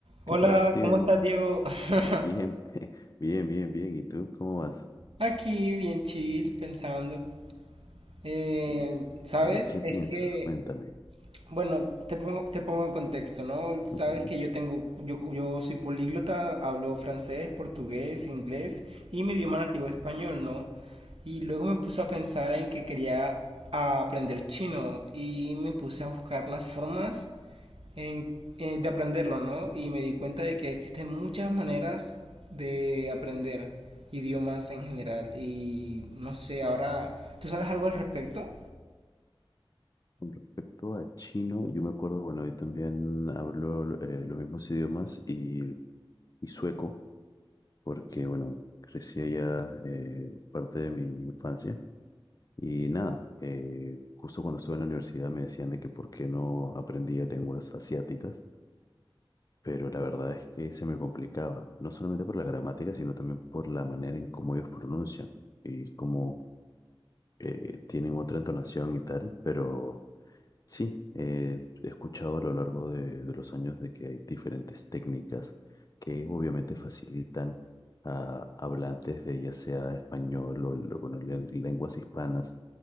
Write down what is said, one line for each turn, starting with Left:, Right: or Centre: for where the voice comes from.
Right: Hola,
Left: ¿Qué tal, Steven?
Right: ¿cómo estás, Diego? <laughs>
Left: Bien, <laughs> bien, bien, bien. ¿Y tú cómo vas?
Right: Aquí bien chill, pensando. Eh,
Left: ¿En,
Right: ¿sabes?
Left: en qué
Right: Es
Left: piensas?
Right: que,
Left: Cuéntame.
Right: bueno, te pongo, te pongo en contexto, ¿no? Sabes
Left: Ujú,
Right: que yo tengo, yo, yo soy políglota, hablo francés, portugués, inglés y mi idioma nativo es español, ¿no? Y luego me puse a pensar en que quería aprender chino y me puse a buscar las formas en- eh, de aprenderlo, ¿no? Y me di cuenta de que existen muchas maneras de aprender idiomas en general. Y no sé, ahora, ¿tú sabes algo al respecto?
Left: Con respecto a chino, yo me acuerdo, bueno, yo también hablo eh, los mismos idiomas y, y sueco, porque, bueno, crecí allá eh, parte de mi infancia. Y nada, eh, justo cuando estuve en la universidad me decían de que por qué no aprendía lenguas asiáticas. pero la verdad es que se me complicaba, no solamente por la gramática, sino también por la manera en cómo ellos pronuncian y cómo eh, tienen otra entonación y tal, pero sí, eh, he escuchado a lo largo de, de los años de que hay diferentes técnicas que obviamente facilitan a hablantes de ya sea español o, lo- bueno, len- lenguas hispanas